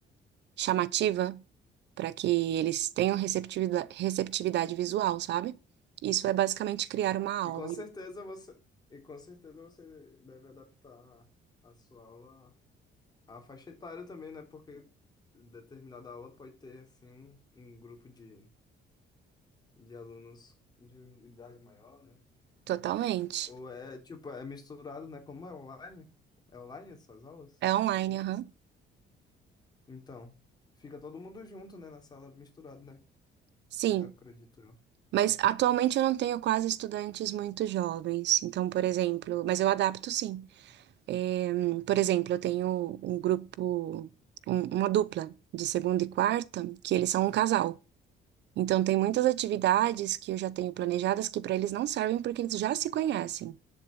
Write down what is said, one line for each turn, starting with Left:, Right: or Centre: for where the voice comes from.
Right: chamativa para que eles tenham receptividade, receptividade visual, sabe? Isso é basicamente criar
Left: Aham.
Right: uma aula.
Left: E com certeza você, e com certeza você deve adaptar a sua aula A faixa etária também, né? Porque determinada aula pode ter, assim, um, um grupo de, de alunos de idade maior, né?
Right: Totalmente.
Left: Ou é, tipo, é misturado, né? Como é online? É online essas aulas
Right: É
Left: que
Right: online,
Left: você disse?
Right: aham.
Left: Então, fica todo mundo junto, né? Na sala, misturado, né?
Right: Sim.
Left: Eu acredito eu.
Right: Mas atualmente eu não tenho quase estudantes muito jovens. Então, por exemplo, mas eu adapto sim. É, por exemplo, eu tenho um grupo, um- uma dupla de segunda e quarta, que eles são um casal. Então, tem muitas atividades que eu já tenho planejadas que para eles não servem porque eles já se conhecem.